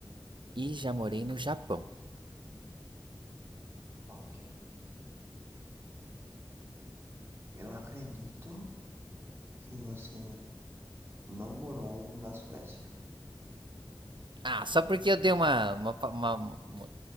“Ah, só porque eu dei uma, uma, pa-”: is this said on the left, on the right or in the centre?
Right